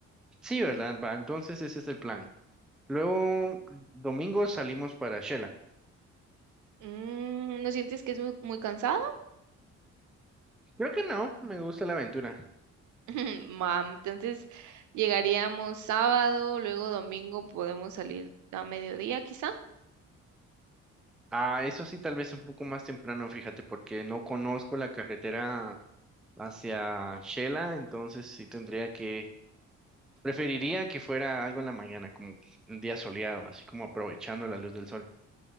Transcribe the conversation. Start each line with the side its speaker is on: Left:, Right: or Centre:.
Centre: Sí, ¿verdad? Va, entonces ese es el plan. Luego, domingo salimos para Shela.
Right: Mm, ¿no sientes que es muy, muy cansado?
Centre: Creo que no, me gusta la aventura.
Right: <laughs> Mam, entonces llegaríamos sábado, luego domingo podemos salir a mediodía quizá.
Centre: Ah, eso sí, tal vez un poco más temprano, fíjate, porque no conozco la carretera hacia Shela, entonces sí tendría que, preferiría que fuera algo en la mañana, como un día soleado, así como aprovechando la luz del sol.